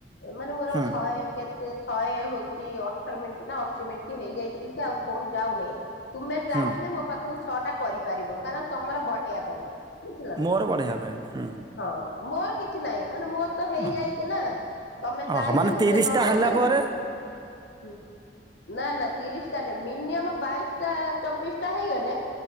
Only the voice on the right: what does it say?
ହଁ
ହଁ
ମୋର ବଢେଇବା ପାଇଁ ହୁଁ
ଓହୋ
ଓହୋ ମାନେ
ତିରିଶ
ଟା ହେଲା
ପରେ